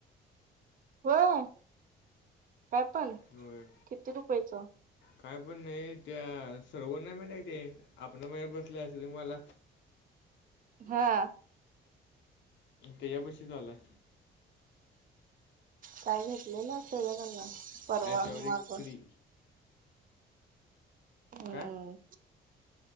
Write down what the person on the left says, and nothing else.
होय.
काय पण नाही, त्या सर्वन माहित हाय ते आपना बझार बसला सलीन वाला
तेज्या बशी चालू हाय.
आहे
ॲसेवर
एक फ्री
काय